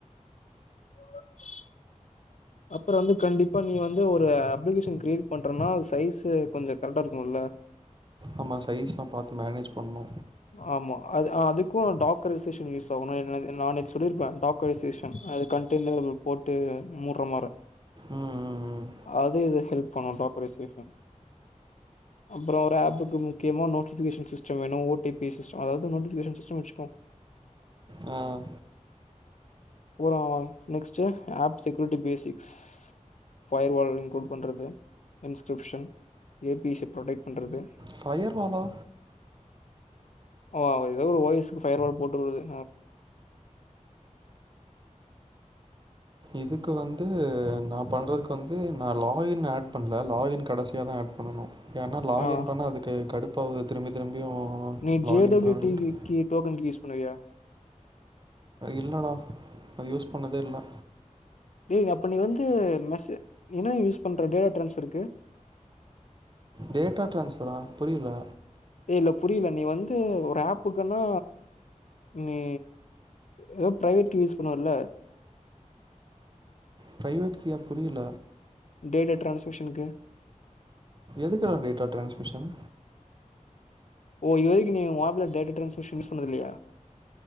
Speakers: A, on the left; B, on the right.
A: <inaudible> அப்புற வந்து கண்டிப்பா நீ வந்து ஒரு அப்ளிகேஷன் கிரியேட் பண்றனா சைஸு கொஞ்சோ கரெக்டா இருக்கணுல்ல
B: ஆமா சைஸ்லா பாத்து மேனேஜ் பண்ணு
A: ஆமா அ்து அதுக்கும் டாக் ரிசேசேன் யூஸ் ஆகும் நா எனக்கு நா அன்னைக்கு சொல்லிருப்பேன் டாக் ரிசேசேன் அது கன் டின்னரபுல் போட்டு முட் அற மார
B: ம் ம் ம்
A: அது இது ஹெல்ப் <unintelligible> அப்புறம் ஒரு ஆப்புக்கு முக்கியமா நோட்டிபிகேஷன் சிஸ்டம் வேணும் ஓ டி பி சிஸ்டம் அதாவது நோட்டிபிகேஷன் சிஸ்டம் வெச்சுக்கோங்க
B: ம்
A: ம் next apps security basics firewall include பண்றது இன்ஸ்கிரிப்ஷன் ஏ பிச ப்ரொடெக்ட் பண்றது
B: ஃபயர் வால
A: ஓ ஒரு ஏதோ ஓ எஸ்-க்கு ஃபயர்வால் போட்டுவுடுறது
B: இதுக்கு வந்து நான் பண்றதுக்கு வந்து நான் லாகின் ஆட் பண்ணல லாகின் கடைசிய தான் ஆட் பண்ணனும் ஏன்னா லாக்
A: ஆ
B: இன் பண்ண அதுக்கு கடுப்பு பது திரும்பித் திரும்பி திரும்பியு
A: நீ ஜே
B: லாகின்
A: டபிள்யூ
B: பண்ண வேண்டியது
A: டிக்கு டோக்கன் கீ யூஸ் பண்ணுவியா
B: இல்லடா அது யூஸ் பண்ணதே இல்லை
A: டேய் அப்ப நீ வந்து மெசே என்ன யூஸ் பண்ற டேட்டா டிரான்ஸ்பர்க்கு
B: டேட்டா டிரான்ஸ்பரா புரியல
A: ஏய் இல்ல புரியல நீ வந்து ஒரு ஆப்புக்குன்னா நீ ஏதோ பிரைவேட் கீ யூஸ் பண்ணுவல
B: பிரைவேட் கீயா புரியல
A: டேட்டா ட்ரான்ஸ்க்ரிப்ஷனுக்கு
B: எதுக்கான டேட்டா ட்ரான்ஸ்மிஷன்
A: ஓஹ் இது வரைக்கு நீ ஆப்ல டேட்டா டிரான்ஸ்மிஷன் யூஸ் பண்ணது இல்லையா